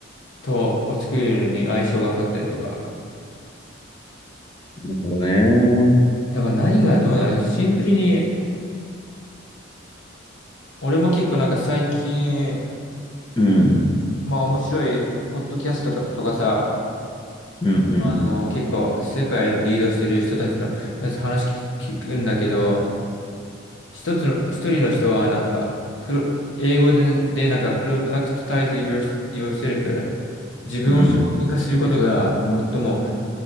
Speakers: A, on the left; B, on the left.
A: と、を作るのに相性が良かったりとか。
B: なるほどね。
A: だから何がどうなのシンプルに、俺も結構なんか最近、
B: うん、
A: まあ面白い、ポッドキャストとか、とかさ、
B: うん、うん、
A: あの、結構世界のリードしてる人たちのやつ話聞く聞くんだけど、一つの、一人の人はなんか、プロ、英語でね、でなんか、プロダクトタイズ your, yourself 自分を商品化することが最も、
B: うん、うん。